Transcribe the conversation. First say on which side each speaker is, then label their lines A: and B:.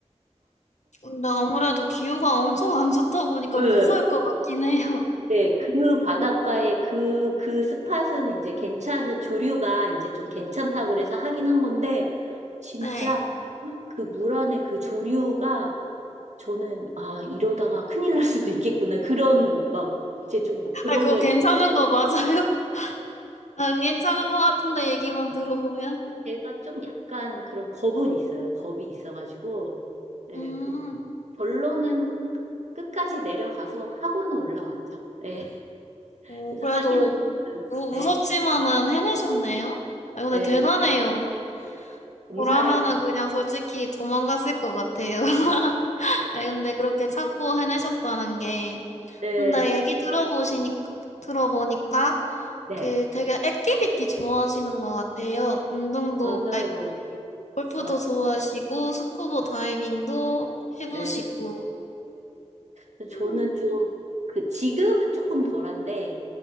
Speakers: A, on the left; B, on the right.
A: 근데 아무래도 기후가 엄청 안 좋다 보니까
B: 네.
A: 무서울 것 같긴 해요.
B: 네, 그 바닷가에 그, 그 스팟은 이제 괜찮은, 조류가 이제 좀 괜찮다고 그래서 하긴 한 건데, 진짜
A: 네.
B: 그 물 안에 그 조류가 저는, 아, 이러다가 큰일 날 수도 있겠구나. 그런, 막, 이제 좀 그런
A: 아, 그거
B: 거에,
A: 괜찮은 거 맞아요? <laughs> 안 괜찮은 거 같은데 얘기만 들어보면.
B: 제가 좀 약간 그런 겁은 있어요. 겁이 있어가지고, 예,
A: 음,
B: 그 결론은 끝까지 내려가서 하고는 올라왔죠. 예,
A: 뭐
B: 그래서
A: 그래도
B: 하긴, 했어요.
A: 무,
B: 네,
A: 무섭지만은 해내셨네요. 아, 근데
B: 네,
A: 네. 대단해요.
B: 감사해요.
A: 저라면은 음. 그냥 솔직히 도망갔을 것 같아요. <laughs> 아, 근데 그렇게 참고 해내셨다는 게.
B: 네,
A: 근데 얘기 들어보시니까, 들어보니까
B: 네,
A: 그 되게 액티비티 좋아하시는 것 같아요. 운동도,
B: 맞아요.
A: 아니, 골프도
B: 맞아요.
A: 좋아하시고, 스쿠버 다이빙도 해보시고.
B: 네, 네. 그래서
A: 음,
B: 저는 좀, 그, 지금은 조금 덜한데,